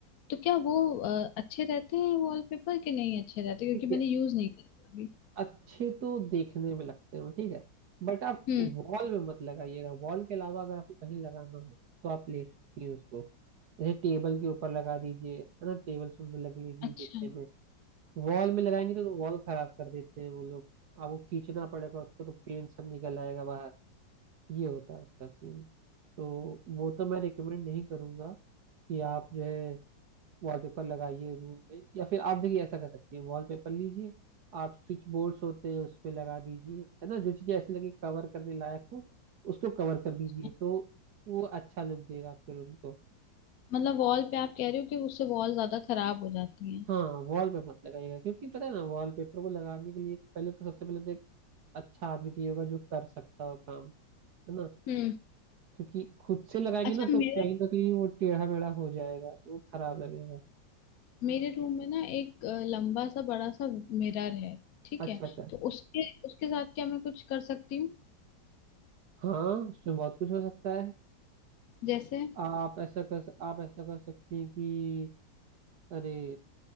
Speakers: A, on the left; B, on the right.
A: तो क्या वो अ, अच्छे रहते हैं वॉलपेपर के नहीं अच्छे रहते क्योंकि
B: ठीक है
A: मैंने यूज नहीं करे अभी
B: अच्छे तो देखने में लगते हो ठीक है बट आप
A: हम्म
B: वॉल में मत लगाइएगा वॉल के अलावा अगर आपको कहीं लगाना हो तो आप ले सकती हैं उसको जैसे टेबल के ऊपर लगा दीजिए है ना टेबल सुंदर लगेगी
A: अच्छा
B: देखने में वॉल में लगाएंगे तो वॉल खराब कर देते हैं वो लोग आपको खींचना पड़ेगा उसको तो पेंट सब निकल आएगा बाहर ये होता है उसका सीन तो वो तो मैं रिकमेंड नहीं करूंगा कि आप जो है वॉलपेपर लगाइए रूम पे या फिर आप देखिए ऐसा कर सकती हैं वॉलपेपर लीजिए आप स्विच बोर्ड्स होते हैं उस पे लगा दीजिए है ना जो चीजें ऐसी लगे कवर करने लायक हो उसको कवर कर
A: अच्छा
B: दीजिए तो वो अच्छा लुक देगा आपके रूम को
A: मतलब वॉल पे आप कह रहे हो कि उससे वॉल ज्यादा खराब हो जाती है
B: हाँ वॉल पे मत लगाइएगा क्योंकि पता है ना वॉलपेपर को लगाने के लिए पहले तो सबसे पहले तो एक अच्छा आदमी चाहिए होगा जो कर सकता हो काम है ना
A: हम्म
B: क्योंकि खुद से लगाएंगे
A: अच्छा
B: ना तो
A: मेरे
B: कहीं ना कहीं वो टेढ़ा मेढ़ा हो जाएगा तो वो खराब लगेगा
A: मेरे रूम में ना एक अ, लंबा सा बड़ा सा मिरर है ठीक
B: अच्छा
A: है
B: अच्छा
A: तो उसके उसके साथ क्या मैं कुछ कर सकती हूँ
B: हाँ उसमें बहुत कुछ हो सकता है
A: जैसे
B: आप ऐसा कर आप ऐसा कर सकती हैं कि अरे